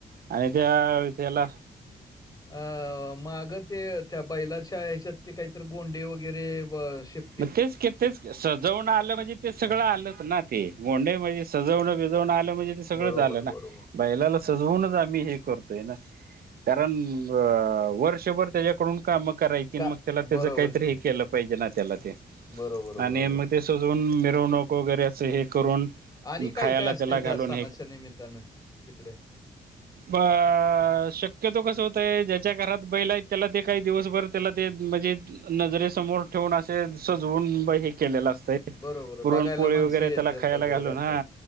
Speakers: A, on the right (about 70°); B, on the left (about 25°).
A: आणि त्या आआआ त्यला
B: अंअं माग ते त्या बैलाच्या ह्याच्यात ते काहीतरी गोंडे वगैरे शेप
A: मग तेच की तेच की सजवुण आलं म्हणजे ते सगळं
B: हां.
A: आलंच ना ते गोंडे म्हणजे सजवणं बिजवणं आलं म्हणजे ते सगळंच
B: बरोबर,
A: आलं ना
B: बरोबर.
A: बैलाला सजवूनच आम्ही हे करतोय ना कारण अ अ वर्षभर त्याच्याकडून काम करायची
B: का
A: आन मग त्याला त्याच
B: बरोबर
A: काहीतरी
B: की.
A: हे केलं पाहिजे ना त्याला ते
B: बरोबर,
A: आणि
B: बरोबर.
A: मग ते सजून मिरवणूक वगैरे असं हे करून
B: आणि काय,
A: खायला
B: काय असते
A: त्याला घालून
B: त्या सणाच्या निमित्ताने तिकडे?
A: ह <unintelligible> अ शक्यतो कसं होतंय ज्याच्या घरात बैल आहेत त्याला ते काही दिवसभर त्याला ते म्हणजे नजरे समोर ठेवून असे सजवून हे केलेलं असतय
B: बरोबर. बघायला
A: पुरण पोळी
B: माणसं
A: वगैरे
B: येतात
A: त्याला खायला
B: वगैरे
A: घालून
B: जातात.
A: हा